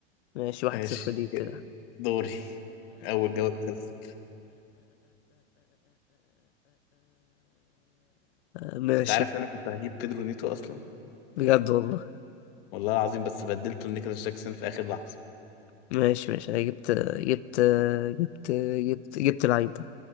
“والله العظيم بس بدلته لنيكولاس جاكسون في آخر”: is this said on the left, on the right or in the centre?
Left